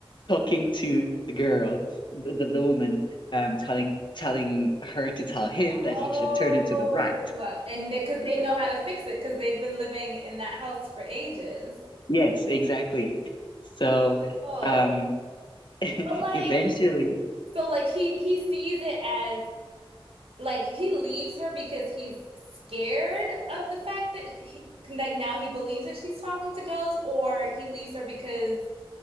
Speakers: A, on the left; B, on the right.
A: talking to the girl, the, the, the woman, um, telling telling her to tell him
B: Oh,
A: that he should turn it to the right.
B: And because they 'cause they know how to fix it because they've been living in that house for ages.
A: Yes, exactly. So,
B: Oh,
A: um, <laughs>
B: but like,
A: eventually,
B: so like he he sees it as like he leaves her because he's scared of the fact that he like now he believes that she's talking to ghosts, or he leaves her because